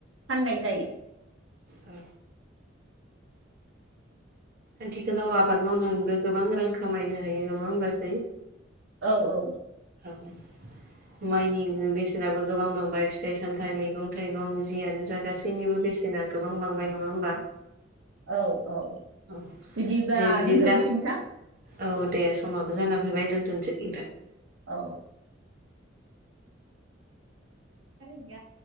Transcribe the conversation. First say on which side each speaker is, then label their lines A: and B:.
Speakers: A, on the right (about 85°); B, on the right (about 50°).
A: फाननाय जायो।
B: औ। आथिखालाव आबाद मावनानैबो गोबां रां खामायनो हायो नङा होमबासै?
A: औ औ।
B: औ। माइनि बेसेनाबो गोबां बांबाय फिथाइ सामथाइ मैगं थाइगं जियानो जा गासैनिबो बेसेना गोबां बांबाय नङा होमबा?
A: औ औ
B: औ
A: बिदिबा
B: दे बिदिब्ला
A: दोनथ'नोसै नोंथां।
B: औ दे समाबो जाना फैबाय दोनथ'सै नोंथ।
A: औ। आरो